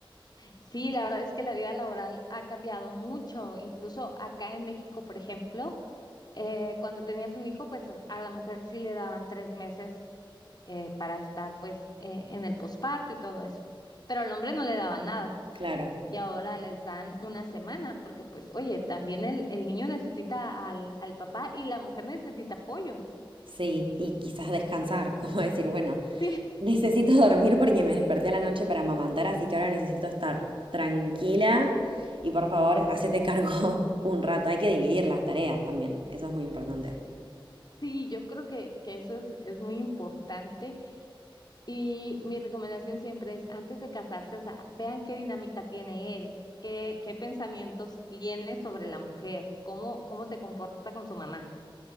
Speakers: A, on the left (about 50°); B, on the right (about 70°).
A: Sí, la verdad es que la vida laboral ha cambiado mucho. Incluso acá en México, por ejemplo, eh, cuando tenías un hijo, pues a la mujer sí le daban tres meses eh, para estar pues eh, en el posparto y todo eso. Pero al hombre no le daban nada.
B: Claro.
A: Y ahora les dan una semana porque pues, oye, también el, el niño necesita al, al papá y la mujer necesita apoyo.
B: Sí, y quizás descansar, <laughs> como decir, bueno,
A: <laughs>
B: necesito dormir porque me desperté a la noche para amamantar, así que ahora necesito estar tranquila y por favor, hacete cargo <laughs> un rato. Hay que dividir las tareas también, eso es muy importante.
A: Sí. Sí, yo creo que, que eso es, es muy importante y mi recomendación siempre es antes de casarse, o sea, vean qué dinámica tiene él, qué, qué pensamientos tiene sobre la mujer, cómo, cómo se comporta con su mamá,